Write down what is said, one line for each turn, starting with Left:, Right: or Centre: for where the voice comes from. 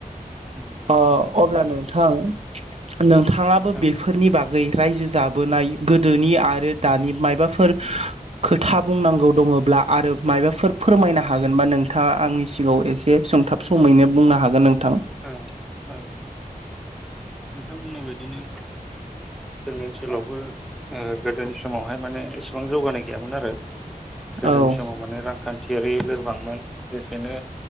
Centre: नंगौ नोंथां
Right: ओ अब्ला नोंथां नोंथाङाबो
Centre: औ
Right: बेफोरनि बा गै रायजो जाबोनाय गोदोनि आरो दानि मायबाफोर खोथा बुंनांगौ दङब्ला आरो मायबाफोर फोरमायनो हागोनबा नोंथाङा आंनि सिगाङाव एसे सुंथाब समैनो बुंनो हागोन नोंथां।
Centre: औ औ ओ नोंथां बुंनाय बायदिनो जोंनि ओनसोलावबो ओ गोदोनि समावहाय माने एसेबां जौगानाय गैयामोन आरो। गोदोनि
Right: औ
Centre: समाव माने रांखा न्थियारि लोरबांमोन लोगोसेनो